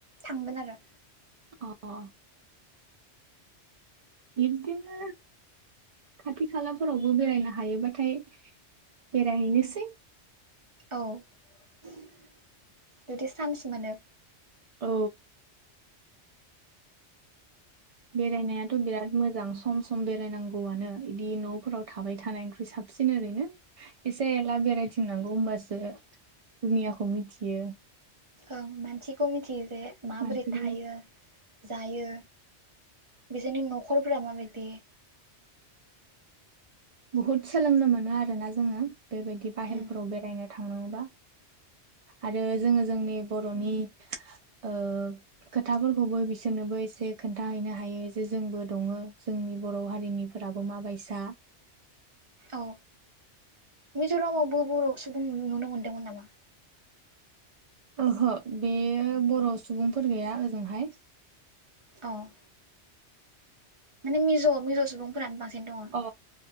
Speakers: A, on the right; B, on the right.
A: थांगोन आरो।
B: अह अह। बिदिनो खाथि खालाफोरावबो बेरायनो हायोबाथाय बेरायहैनोसै।
A: औ जुदि चान्स मोनो।
B: औ। बेरायनायाथ' बिराद मोजां सम सम बेरायनांगौआनो। बिदि न'फोराव थाबाय थानायख्रुइ साबसिन ओरैनो एसे एला बेरायथिंनांगौ होनबासो दुनियाखौ मिथियो।
A: ओं मानसिखौ मिथियो जे माबोरै
B: मानसिखौ
A: थायो, जायो, बिजोंनि न'खरफोरा माबायदि,
B: बहुद सोलोंनो मोनो आरोना जोङो। बेबायदि बाहेरफोराव
A: उम
B: बेरायनो थांनांगौबा आरो जोङो जोंनि बर'नि ओ खोथाफोरखौबो बिसोरनोबो एसे खोनथाहैनो हायो जे जोंबो दङ जोंनि बर' हारिनिफोराबो मा बायसा <unintelligible>
A: औ मिज'रामावबो बर' सुबुं नु नुनो मोनदोंमोन नामा?
B: ओहो बे बर' सुबुंफोर गैया ओजोंहाय।
A: औ। माने मिज' मिज' सुबुंफोरानो बांसिन दङ
B: अ